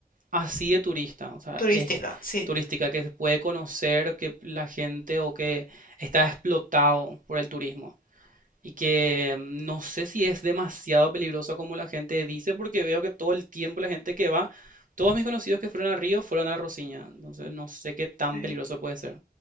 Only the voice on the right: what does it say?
así de turista, o sea,
es
turística, que se puede conocer, que la gente o que está explotado por el turismo. Y que mm, no sé si es demasiado peligroso como la gente dice, porque veo que todo el tiempo la gente que va, todos mis conocidos que fueron a Río fueron a la Rosiña. Entonces no sé qué tan
peligroso puede ser.